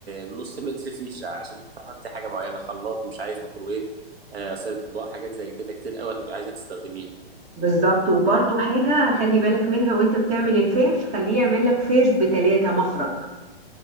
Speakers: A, on the right (about 80°); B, on the right (about 25°).
A: نص متر فيشه عشان تحطي حاجه معينه خلاط مش عارف ميكروويف آه، غساله اطباق حاجات زي كده كتير قوي هتبقي عايزه تستخدميها
B: بالظبط وبرضو حاجة خلي بالك منها وانت بتعمل الفيش خليه يعمل لك فيش بتلاتة مخرج